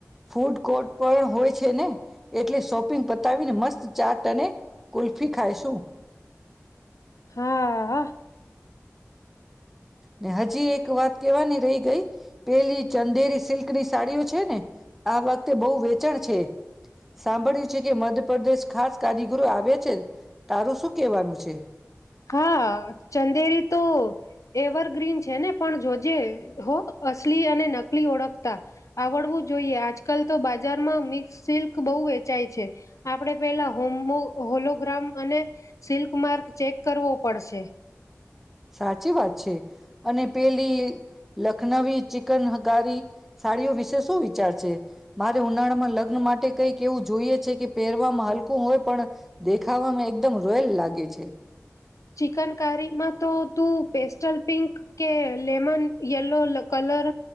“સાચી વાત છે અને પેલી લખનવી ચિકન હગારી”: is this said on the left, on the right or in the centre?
Centre